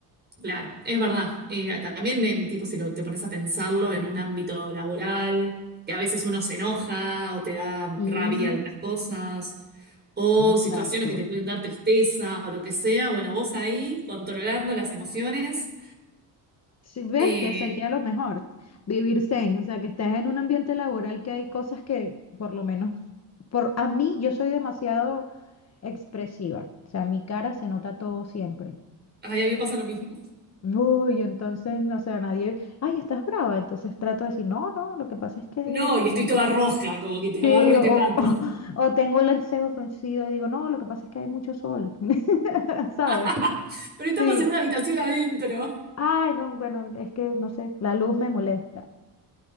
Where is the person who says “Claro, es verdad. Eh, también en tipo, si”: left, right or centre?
Right